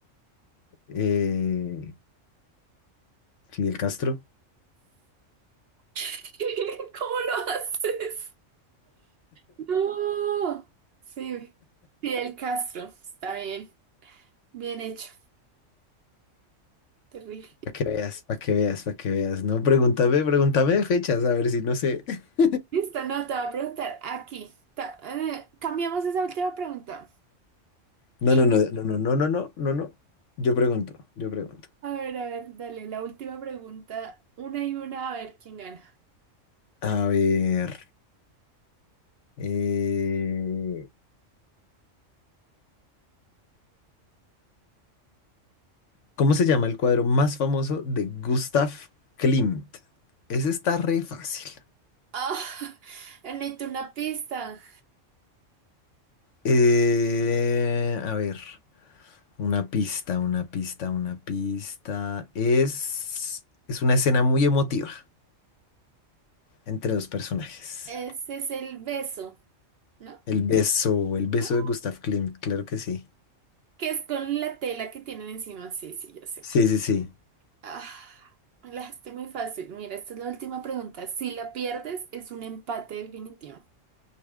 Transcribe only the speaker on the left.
Eh, Fidel Castro.
Para que veas, para que veas, para que veas. No, pregúntame, pregúntame de fechas, a ver si no sé. <laughs>
No,
no, no, no, no, no, no, no, no, no. Yo pregunto, yo pregunto.
A ver, eh, ¿cómo se llama el cuadro más famoso de Gustav Klimt? Ese está re fácil.
Eh, a ver, una pista, una pista, una pista. Es, es una escena muy emotiva entre dos personajes.
El beso, el beso
de Gustav Klimt, claro que sí.
Sí,
sí, sí.